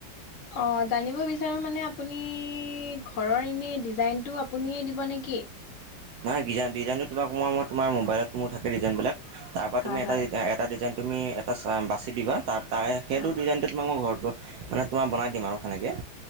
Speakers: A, on the left (about 50°); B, on the right (about 75°).
A: অ' জানিব বিচাৰ ছাৰ মানে আপুনি ঘৰৰ এনেই ডিজাইনটো আপুনিয়ে দিব নেকি?
B: নাই ডিজাইন ডিজাইনতো তোমাক মই মই তোমাৰ মোবাইলত মোৰ থাকে ডিজাইন বিলাক তাৰ পৰা
A: হয়
B: তুমি এটা
A: হয়
B: এটা ডিজাইন তুমি এটা চা বাচি দিবা তাৰে সেইটো
A: হয়
B: ডিজাইনটোত তোমাক মই ঘৰটো মানে তোমাৰ বনাই দিম আৰু সেনেকে।